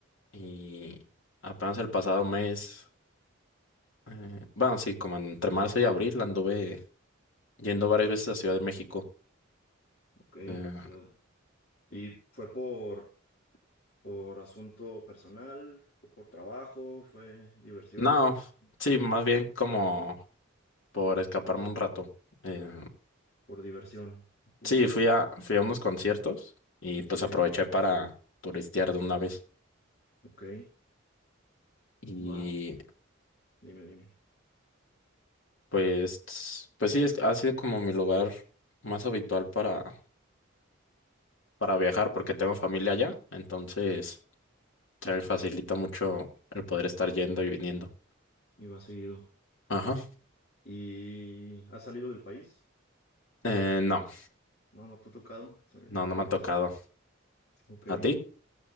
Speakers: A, on the left; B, on the left.
A: y apenas el pasado mes, eh, bueno, sí, como entre marzo y abril anduve yendo varias veces a Ciudad de México.
B: ok.
A: Eh,
B: ciudad- ¿Y fue por, por asunto personal, fue por trabajo, fue diversión?
A: no, sí,
B: ¿Qué fue?
A: más bien como por escaparme un rato. Eh,
B: Por diversión, puro.
A: sí, fui a, fui a unos conciertos y
B: Ok,
A: pues aproveché para turistear de una vez.
B: ok.
A: Y
B: Va, dime, dime.
A: pues, pues sí, es- ha sido como mi lugar más habitual para para viajar porque tengo familia allá, entonces se me facilita mucho el poder estar yendo y viniendo.
B: Y va seguido.
A: Ajá.
B: ¿Y has salido del país?
A: Eh, no,
B: No, no te ha tocado salir
A: no,
B: del país.
A: no me ha tocado.
B: Ok.
A: ¿A ti?